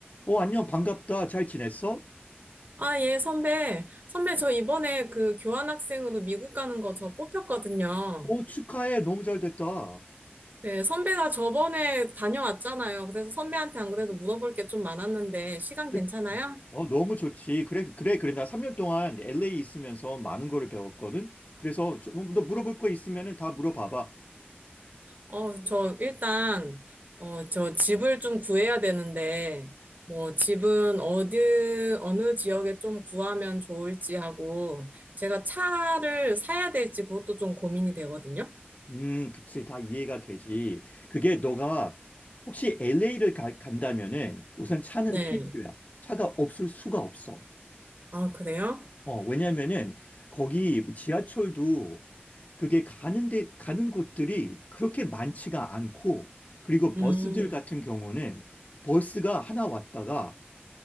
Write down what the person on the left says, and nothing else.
어, 안녕, 반갑다. 잘 지냈어?
어, 축하해. 너무 잘 됐다.
음.
그-
어, 너무 좋지. 그래, 그래, 그래. 나 3년 동안 LA 있으면서 많은 거를 배웠거든. 그래서 좀너 물어볼 거 있으면은 다 물어봐봐.
음, 그치. 다 이해가 되지. 그게 너가 혹시 LA를 간다면은 우선 차는
필수야. 차가 없을 수가 없어.
어, 왜냐면은 거기 지하철도 그게 가는 데, 가는 곳들이 그렇게 많지가 않고, 그리고
버스들 같은 경우는 버스가 하나 왔다가